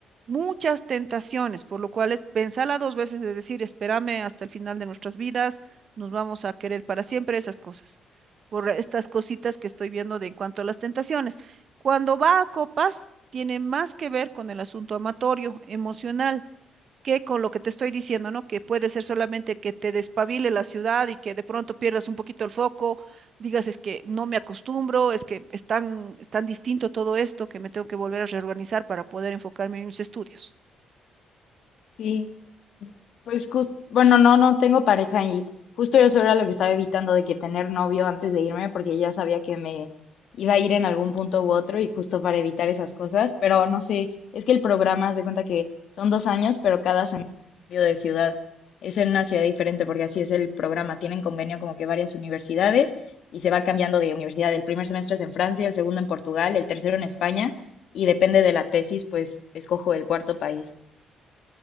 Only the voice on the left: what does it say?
sí. Pues justo, bueno, no, no tengo pareja y justo eso era lo que estaba evitando de que tener novio antes de irme, porque ya sabía que me iba a ir en algún punto u otro y justo para evitar esas cosas, pero no sé, es que el programa, haz de cuenta que son dos años, pero cada semestre cambio de ciudad, es en una ciudad diferente, porque así es el programa, tienen convenio como que varias universidades y se va cambiando de universidad, el primer semestre es en Francia, el segundo en Portugal, el tercero en España y depende de la tesis, pues escojo el cuarto país.